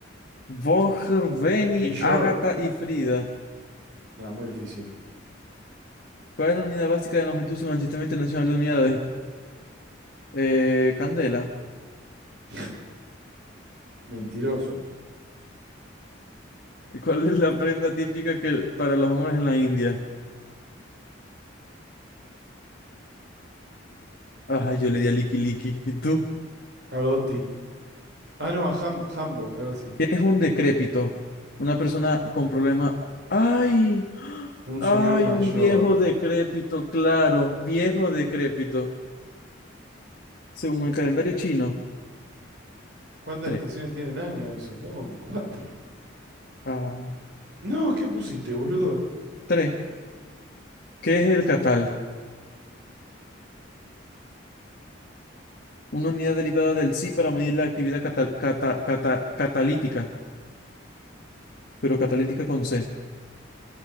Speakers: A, on the left; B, on the right.
A: Borger, Beni,
B: New York.
A: Ágata y Frida.
B: No, muy difícil.
A: ¿Cuál es la unidad básica de longitud según el Sistema Internacional de Unidades? Eh, candela.
B: <laughs> Mentiroso.
A: ¿Cuál es la prenda típica que, para los hombres en la India? Ajá, yo le di a Liki Liki. ¿Y tú?
B: A Dotti. Ah, no, a Ham Hamburg, algo sí.
A: ¿Qué es un decrépito? Una persona con problema. ¡Ay!
B: Un
A: ¡Ay!
B: señor mayor.
A: Un viejo decrépito, claro. Viejo decrépito. Según el calendario chino.
B: ¿Cuántas
A: Tres.
B: estaciones tiene el año? Y supongo que cuatro.
A: Ah,
B: No, ¿qué pusiste, boludo?
A: tres. ¿Qué es el catal? una unidad derivada del psi para medir la actividad catal- cata- cata- catalítica, pero catalítica con C.